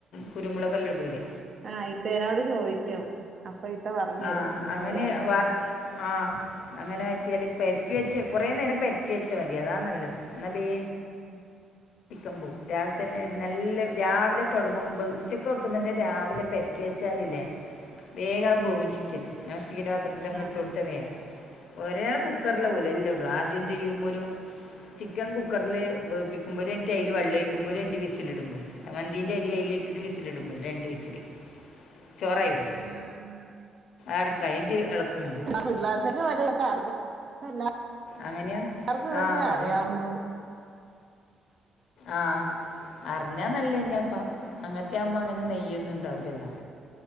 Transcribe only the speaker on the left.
കുരുമുളകെല്ലാം ഇടൂലേ
ആഹ്
അങ്ങനെ
വാർത്ത് ആഹ് അങ്ങനെ പറ്റിയാല് പെരക്കിവെച്ച് കൊറേ നേരം പെരക്കിവെച്ച മതി അതാ നല്ലത് എന്നാ ബേം
ചിക്കൻ പോം രാവില്തന്നെ നല്ല രാവിലെ തൊടങ്ങുമ്പൊ ഉച്ചക്ക് വെക്കുന്നുണ്ടെ രാവിലെ പെര ക്കിവെച്ചാലില്ലേ വേഗാക് ബേവു ചിക്കന് നോണ്സ്റ്റിക്കിന്റെ പാത്ര ത്തിലങ്ങിട്ടോടുത്ത
വേം ഒരാൾ കുക്കറില
പോലു
എല്ലാട്വോ-
എന്തെയുരു ചിക്കൻ കുക്കറില് ബേപ്പിക്കു ഒമ്പത് മിനിറ്റ് അതില് വള്ളൊഴിക്കുമോ ഒരു മിനിറ്റ് വിസിലിടുമ്പോ. മന്തീന്റെ അരി അയിലിട്ടിട്ട് വിസിലിടുമ്പൊ രണ്ട് വിസിൽ ചോറായിവരു.
എടക്ക് ഐന്റി എളക്കുമ്പം
അങ്ങനെയാ
ആ ഒരു
ആഹ് അറിഞ്ഞാ നല്ലേയ്ന്നാപ്പാ അങ്ങനത്തെ ആവമ്പ അങ്ങനെ നെയ്യൊന്നും ഇണ്ടാവില്ലല്ലാ?